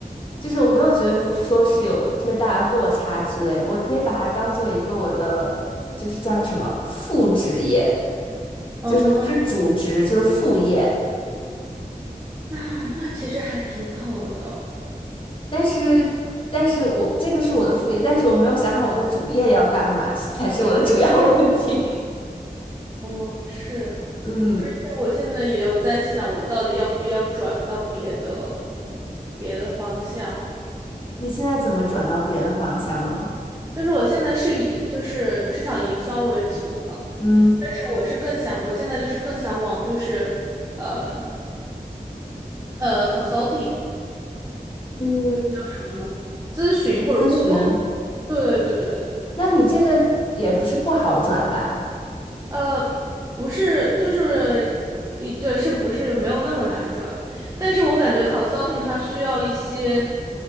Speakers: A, on the left; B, on the right.
A: 就是我没有觉得说是有特别大的落差之类的我可以把它当做一个我的就是叫什么副职业，
B: 嗯，
A: 就是不是主职，就是副业。
B: 那那其实还挺好的。
A: 但是，但是我这个是我的副业，但是我没有想好我的主业要干嘛，这才是我的主要问题。<laughs>
B: 嗯，是，
A: 嗯，
B: 而且我现在也有在想，我到底要不要转到别的别的方向？
A: 你现在怎么转到别的方向呢？
B: 就是我现在是以就是市场营销为主的，
A: 嗯
B: 但是我是更想，我现在就是更想往就是呃呃 consulting。
A: 嗯，
B: 那个叫什么呢？咨询或者顾问？
A: 咨询，
B: 对对对对
A: 那你这个也不是不好转吧？
B: 呃，不是，就是，呃对，是不是没有那么难转？但是我感觉 consulting 它需要一些，